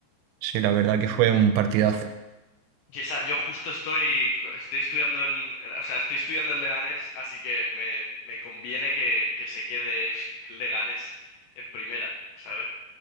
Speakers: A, on the right (about 85°); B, on the left (about 80°).
A: Sí, la verdad que fue un partidazo.
B: Y esa- yo justo estoy, estoy estudiando en, o sea, estoy estudiando en Leganés, así que me, me conviene que, que se quede <laughs> el Leganés en primera, ¿sabes?